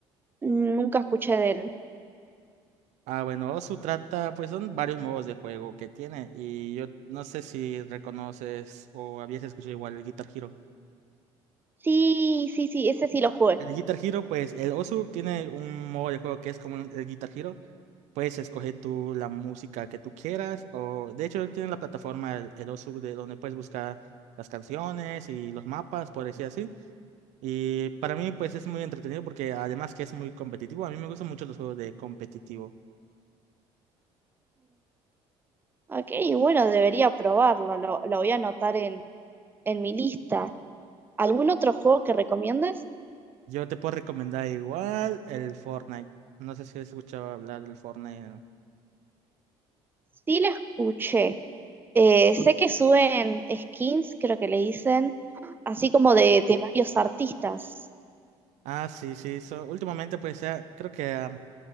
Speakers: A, on the right (about 15°); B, on the right (about 75°).
A: Nunca escuché de él.
B: Ah, bueno, Osu trata, pues son varios modos de juego que tiene y yo no sé si reconoces o habías escuchado igual el Guitar Hero.
A: Sí, sí, sí, ese sí lo jugué.
B: El Guitar Hero, pues el Osu tiene un modo de juego que es como el Guitar Hero. Puedes escoger tú la música que tú quieras o de hecho tiene la plataforma el, el Osu de donde puedes buscar las canciones y los mapas, por decir así. Y para mí pues es muy entretenido porque además que es muy competitivo, a mí me gustan mucho los juegos de competitivo.
A: Ok, bueno, debería probarlo, lo, lo voy a anotar en, en mi lista. ¿Algún otro juego que recomiendas?
B: Yo te puedo recomendar igual el Fortnite. No sé si has escuchado hablar del Fortnite. ¿no?
A: Sí, lo escuché. Eh, sé que suben skins, creo que le dicen, así como de, de varios artistas.
B: Ah, sí, sí. so- últimamente, pues, sea, creo que ah,